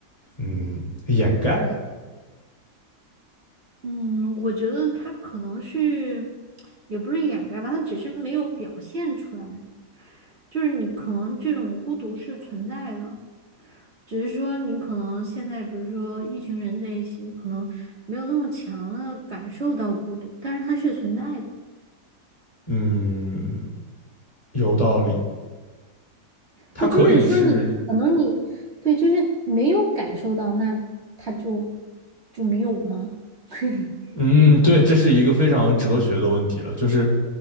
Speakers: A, on the left; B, on the right.
A: 嗯掩盖？
B: 嗯，我觉得它可能是，也不是掩盖吧，它只是没有表现出来。就是你可能这种孤独是存在的，只是说你可能现在，比如说一群人在一起，你可能没有那么强的感受到孤独，但是它是存在的。
A: 嗯，有道理。它可以是
B: 对，就是说你可能你对，就是没有感受到，那它就就没有吗？<laughs>
A: 嗯，对，这是一个非常哲学的问题了，就是